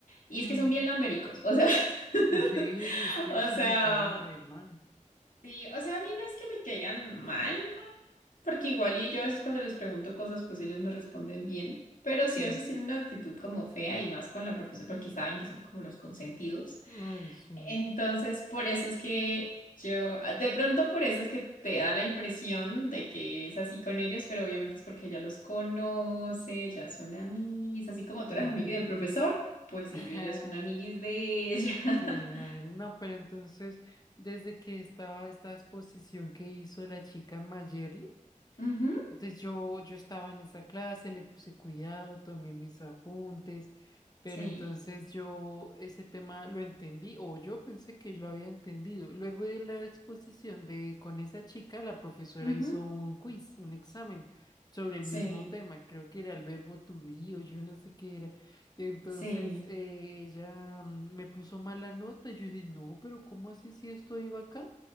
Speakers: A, on the left (about 80°); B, on the left (about 30°).
A: Y es
B: mm,
A: que son bien lambéricos, o sea, <laughs>
B: uh, sí, es que
A: o
B: esas
A: sea,
B: me caen re mal.
A: sí, o sea, a mí no es que me caigan mal, porque igual y yo a veces cuando les pregunto cosas, pues ellos me responden bien, pero
B: Sí.
A: sí a veces tienen una actitud como fea y más con la profesora porque saben que son como los consentidos.
B: Ay, sí.
A: Entonces, por eso es que yo, ah, de pronto por eso es que te da la impresión de que es así con ellos, pero obviamente es porque ya los conoce, ya son amiguis, así como
B: Sí.
A: tú eras amiga del profesor, pues
B: <laughs>
A: ellos ya son amiguis
B: Ajá,
A: de ella. <laughs>
B: Qué mal. No, pero entonces, desde que estaba esta exposición que hizo la chica Mayerly.
A: Ujú,
B: Entonces yo, yo estaba en esa clase, le puse cuidado, tomé mis apuntes, pero
A: Sí,
B: entonces yo ese tema lo entendí o yo pensé que lo había entendido. Luego de la exposición de con esa chica, la profesora
A: ujú,
B: hizo un quiz, un examen sobre el
A: sí,
B: mismo tema, creo que era el verbo to be o yo no sé qué era. Entonces
A: sí.
B: eh, ella mm, me puso mala nota, yo dije, no, pero ¿cómo así si esto iba acá?